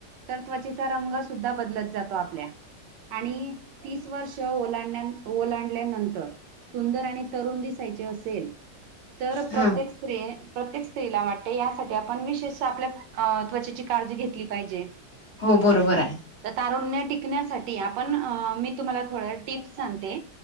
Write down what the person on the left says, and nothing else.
हा
हो बरोबर आहे